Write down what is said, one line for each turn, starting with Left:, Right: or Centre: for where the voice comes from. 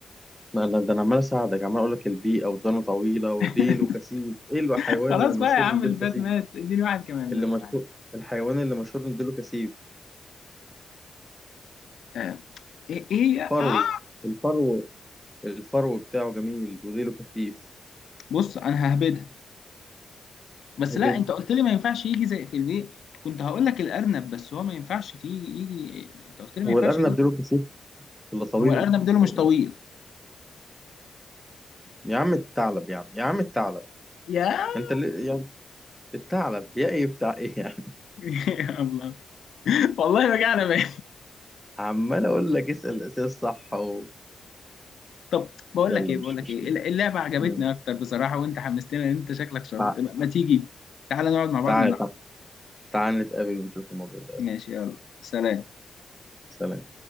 Centre: ما انا ده انا عمال اساعدك عمال اقول لك البيئة ودانه طويلة وديله
Left: <laughs>
Centre: كثيف ايه الحيوان
Left: خلاص
Centre: اللي مشهور
Left: بقى يا عم
Centre: بديله
Left: اللي فات
Centre: كثيف
Left: مات اديني واحد كمان
Centre: اللي
Left: بس
Centre: مشهور
Left: معلش
Centre: الحيوان اللي مشهور بديله كثيف
Left: آه، ايه ايه آه.
Centre: فرو الفرو الفرو بتاعه جميل وديله كثيف
Left: بص انا ههبدها بس
Centre: هبدها
Left: لا انت قلت لي ما ينفعش يجي زي في البيت كنت هقول لك الارنب بس هو ما ينفعش تيجي يجي انت قلت لي ما
Centre: هو
Left: ينفعش
Centre: الأرنب
Left: يجي
Centre: ديله كثيف ولا طويل
Left: هو الارنب ديله
Centre: و-
Left: مش طويل
Centre: يا عم الثعلب يا عم يا عم الثعلب
Left: يا <laughs>
Centre: انت اللي يعني الثعلب يا ايه بتاع ايه يعني
Left: يا الله والله رجعنا بقى
Centre: <laughs> عمال اقول لك اسأل الأسئلة الصح و...
Left: طب بقول
Centre: يلا
Left: لك ايه
Centre: مش
Left: بقول لك
Centre: مشكلة
Left: ايه اللعبه عجبتني
Centre: مم.
Left: اكتر بصراحه وانت حمستني ان انت شكلك شاطر
Centre: تع-
Left: ما ما تيجي تعالى نقعد مع بعض
Centre: تعال
Left: ونلعب
Centre: تعال تعال نتقابل ونشوف الموضوع ده يلا.
Left: ماشي يلا سلام
Centre: سلام